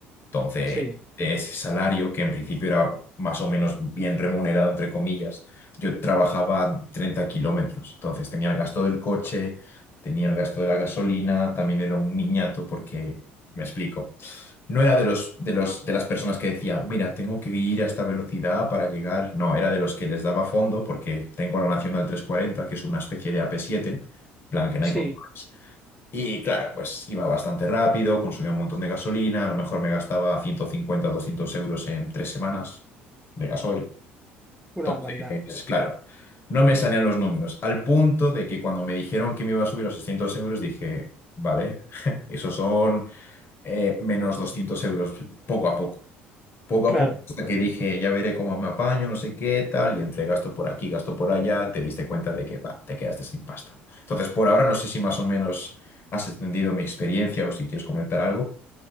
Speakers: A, on the left; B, in the centre.
A: entonces,
B: sí,
A: de ese salario, que en principio era más o menos bien remunerado, entre comillas, yo trabajaba 30 kilómetros. Entonces, tenía el gasto del coche, tenía el gasto de la gasolina, también era un niñato porque, me explico, no era de los, de los, de las personas que decía, mira, tengo que ir a esta velocidad para llegar. No, era de los que les daba fondo porque tengo la Nacional 340, que es una especie de AP7, plan que no
B: sí,
A: hay control. Y claro, pues iba bastante rápido, consumía un montón de gasolina, a lo mejor me gastaba 150 200 euros en tres semanas de gasoil.
B: una
A: Entonces,
B: barbaridad.
A: claro, no me salían los números, al punto de que cuando me dijeron que me iba a subir a 600 euros, dije, vale, <laughs> esos son eh, menos 200 euros poco a poco. Poco
B: Claro.
A: a poco, hasta que dije, ya veré cómo me apaño, no sé qué, tal, y entre gasto por aquí, gasto por allá, te diste cuenta de que, va, te quedaste sin pasta. Entonces, por ahora no sé si más o menos has entendido mi experiencia o si quieres comentar algo.